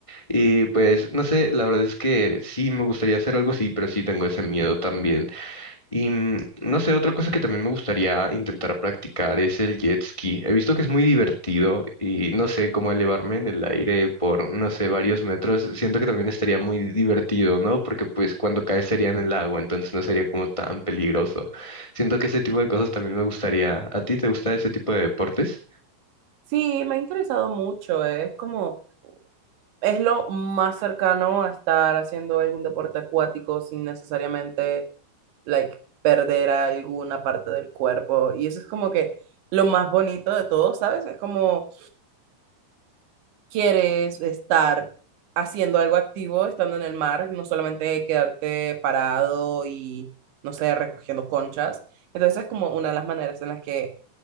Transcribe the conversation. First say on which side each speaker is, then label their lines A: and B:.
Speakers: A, on the left; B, on the right.
A: Y pues, no sé, la verdad es que sí, me gustaría hacer algo así, pero sí tengo ese miedo también. Y mm, no sé, otra cosa que también me gustaría intentar practicar es el jet ski. He visto que es muy divertido y no sé, cómo elevarme en el aire por, no sé, varios metros. Siento que también estaría muy divertido, ¿no? Porque pues cuando caes sería en el agua, entonces no sería como tan peligroso. Siento que ese tipo de cosas también me gustaría. ¿A ti te gusta ese tipo de deportes?
B: Sí, me ha interesado mucho, eh, es como, es lo más cercano a estar haciendo algún deporte acuático sin necesariamente, like, perder alguna parte del cuerpo. Y eso es como que lo más bonito de todo, ¿sabes? Es como quieres estar haciendo algo activo estando en el mar, no solamente quedarte parado y, no sé, recogiendo conchas. Entonces es como una de las maneras en las que